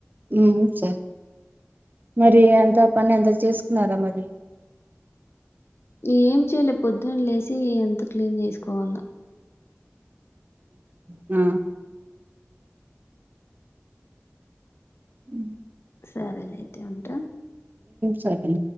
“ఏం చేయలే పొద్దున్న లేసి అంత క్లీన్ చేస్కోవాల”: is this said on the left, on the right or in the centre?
Left